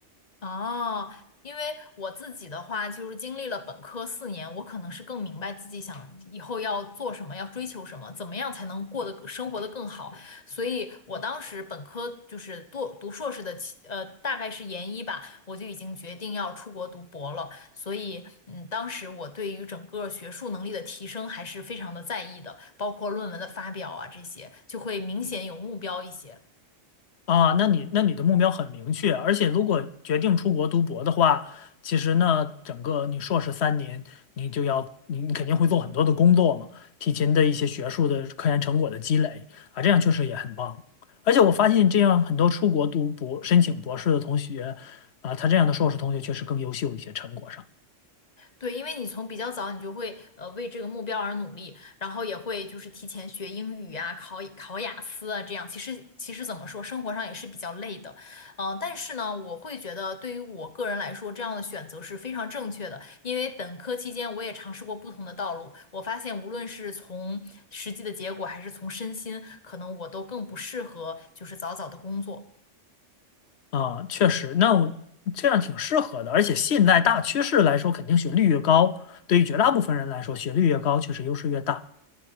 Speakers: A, on the left; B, on the left.
A: 哦，因为我自己的话，就是经历了本科四年，我可能是更明白自己想以后要做什么，要追求什么，怎么样才能过得生活得更好。所以我当时本科就是读读硕士的期，呃，大概是研一吧，我就已经决定要出国读博了。所以，嗯，当时我对于整个学术能力的提升还是非常的在意的，包括论文的发表啊这些，就会明显有目标一些。
B: 啊，那你那你的目标很明确，而且如果决定出国读博的话，其实呢，整个你硕士三年，你就要你你肯定会做很多的工作嘛，提前的一些学术的科研成果的积累啊，这样确实也很棒。而且我发现这样很多出国读博申请博士的同学啊，他这样的硕士同学确实更优秀一些，成果上
A: 对，因为你从比较早，你就会呃为这个目标而努力，然后也会就是提前学英语啊，考考雅思啊，这样其实其实怎么说，生活上也是比较累的，嗯、但是呢，我会觉得对于我个人来说，这样的选择是非常正确的，因为本科期间我也尝试过不同的道路，我发现无论是从实际的结果，还是从身心，可能我都更不适合就是早早的工作。
B: 啊，确实，那我这样挺适合的，而且现在大趋势来说，肯定学历越高，对于绝大部分人来说，学历越高确实优势越大。